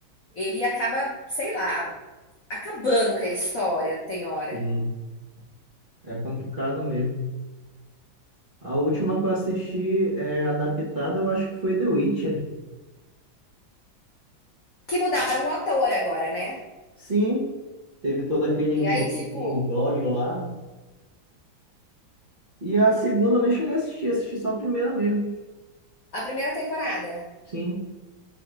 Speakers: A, on the left; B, on the right.
A: ele acaba, sei lá, acabando com a história, tem hora.
B: Sim. É complicado mesmo. A última que eu assisti é adaptada, eu acho que foi The Witcher.
A: Que mudaram o ator agora, né.
B: Sim, teve todo aquele embol-
A: E aí, tipo,
B: embrólio lá. E a segunda eu nem cheguei a assistir, assisti só a primeira mesmo.
A: a primeira temporada
B: Sim,